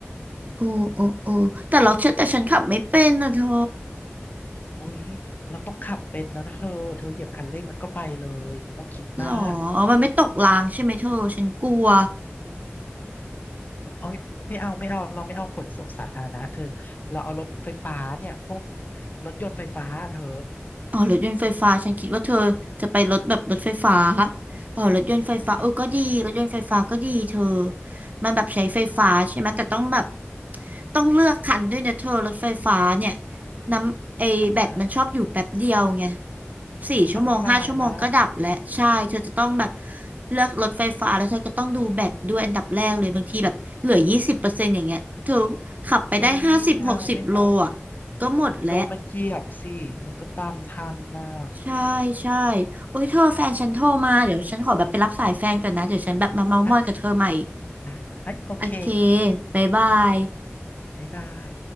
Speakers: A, on the right; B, on the left.
A: โอ้โอ้โอ้แต่เราเชื่อแต่ฉันขับไม่เป็นนะเธอ
B: อืม โอ้ยเราต้องขับเป็นแล้วนะเธอเธอเหยียบคันเร่งมันก็ไปเลยไม่ต้องคิดมาก
A: หรอ มันไม่ตกรางใช่ไหมเธอฉันกลัว
B: โอ้ยไม่เอาไม่เอาเราไม่เอาขนส่งสาธารณะเธอเราเอารถไฟฟ้าเนี่ยพวกรถยนต์ไฟฟ้าเธอ
A: อ๋อรถยนต์ไฟฟ้าฉันคิดว่าเธอจะไปรถแบบรถไฟฟ้าอ๋อรถยนต์ไฟฟ้าเออก็ดีรถยนต์ไฟฟ้าก็ดีเธอ
B: โอ้ย
A: มันแบบใช้ไฟฟ้าใช่ไหมแต่ต้องแบบต้องเลือกคันด้วยนะเธอรถไฟฟ้าเนี่ยน้ำไอแบตมันชอบอยู่แป๊บเดียวไง
B: ทำไม
A: สี่ชั่วโมงห้าชั่วโมงก็ดับแล้วใช่เธอจะต้องแบบ
B: เอาตายแล้ว
A: เลือกรถไฟฟ้าแล้วเธอก็ต้องดูแบตด้วยอันดับแรกเลยบางทีแบบเหลือยี่สิบเปอร์เซ็นต์อย่างเงี้ยเธอขับไปได้ห้าสิบหกสิบโลอ่ะ
B: โอ้ยไม่เอาไม่เอา
A: ก็หมดแล้ว
B: โดนมันเหยียบสิมันก็ตามทันน่ะ
A: ใช่ใช่โอ้ยเธอแฟนฉันโทรมาเดี๋ยวฉันขอแบบไปรับสายแฟนก่อนนะเดี๋ยวฉันแบบมาเม้าท์มอยกับเธอใหม่
B: อ่ะได้เอ้ยโอเค
A: โอเคบ๊ายบาย
B: บ๊ายบาย